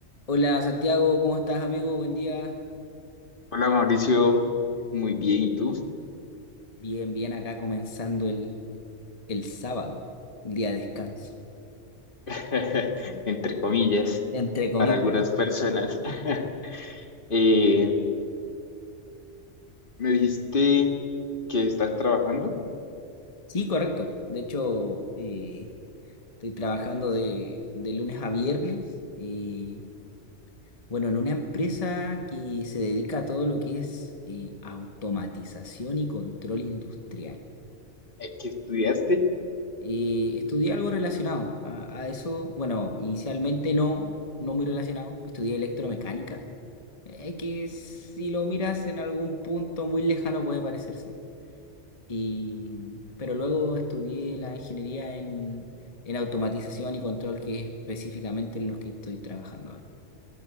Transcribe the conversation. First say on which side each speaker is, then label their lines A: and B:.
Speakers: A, on the left (about 30°); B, on the left (about 50°).
A: Hola Santiago, ¿cómo estás amigo? Buen día.
B: Hola Mauricio, muy bien, ¿y tú?
A: Bien, bien, acá comenzando el, el sábado, el día de descanso,
B: <laughs> Entre comillas,
A: entre comillas.
B: para algunas personas. <laughs> Eh, me dijiste que estás trabajando,
A: Sí, correcto. De hecho, eh, estoy trabajando de, de lunes a viernes. eh, bueno, en una empresa que se dedica a todo lo que es eh, automatización y control industrial.
B: eh, que estudiaste.
A: Eh, estudié algo relacionado a, a eso. Bueno, inicialmente no, no muy relacionado. Estudié electromecánica Es que si lo miras en algún punto muy lejano puede parecerse. Y, pero luego estudié la ingeniería en, en automatización y control, que es específicamente en los que estoy trabajando ahora.